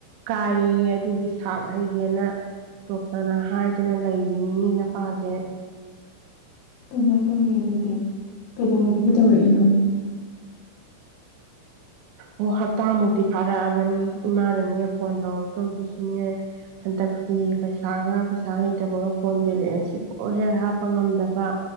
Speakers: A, on the right; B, on the left.
A: ꯀꯥꯏꯌꯦ ꯑꯗꯨꯒꯤ ꯁꯥꯛ ꯍꯥꯏꯁꯦꯅ ꯇꯣꯞꯇꯅ ꯍꯥꯏꯗꯅ ꯃꯤꯅꯦ ꯅꯄꯥꯁꯦ
B: ꯀꯃꯥꯏꯅ ꯇꯧꯅꯤ ꯑꯗꯨꯗꯤ ꯀꯩꯗꯧꯉꯩꯗꯒꯤ
A: ꯎꯝ
B: ꯇꯧꯔꯛꯏꯅꯣ
A: ꯑꯣ ꯍꯇꯥꯃꯨꯛꯇ ꯐꯥꯔ ꯏꯃꯥꯅꯅꯦ ꯐꯣꯟ ꯇꯧꯔꯛꯇꯧꯗꯨꯁꯨꯅꯦ ꯍꯟꯗꯛꯁꯤ ꯄꯩꯁꯥꯒ ꯄꯩꯁꯥ ꯂꯩꯇꯕꯒ ꯐꯣꯟ ꯕꯦꯂꯦꯟꯁꯁꯤ ꯂꯣꯏ ꯍꯦꯛ ꯍꯥꯞꯄ ꯉꯝꯗꯕ